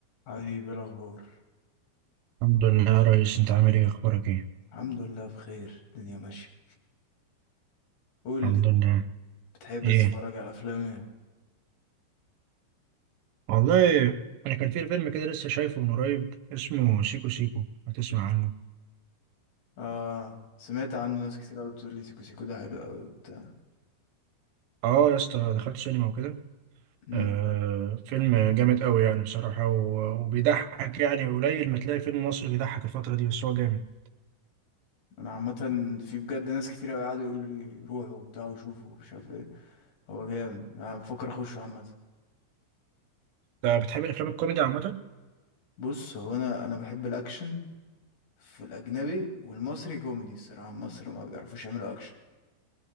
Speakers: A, on the left; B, on the right.
A: حبيبي إيه الاخبار
B: الحمد لله يا ريس انت عامل ايه اخبارك ايه
A: الحمد لله بخير الدنيا ماشيه قول
B: الحمد
A: لي
B: لله
A: بتحب
B: ايه
A: تتفرج على افلام ايه
B: والله انا كان في فيلم كده لسه شايفه من قريب اسمه سيكو سيكو ما تسمع عنه
A: اه سمعت عنه ناس كتير قوي بتقول لي سيكو سيكو ده حلو قوي وبتاع
B: اه يا اسطى دخلت سينما وكده
A: امم
B: آه فيلم جامد قوي يعني بصراحة و- وبيضحك يعني قليل ما تلاقي فيلم مصري بيضحك الفترة دي بس هو جامد
A: انا عامه في بجد ناس كتير قوي قعدوا يقولوا لي روحوا وبتاع وشوفوا ومش عارف ايه هو جامد انا بفكر اخشه عامه
B: انت بتحب الافلام الكوميدي عامة
A: بص هو انا انا بحب الاكشن في الاجنبي والمصري كوميدي الصراحه مصر ما بيعرفوش يعملوا اكشن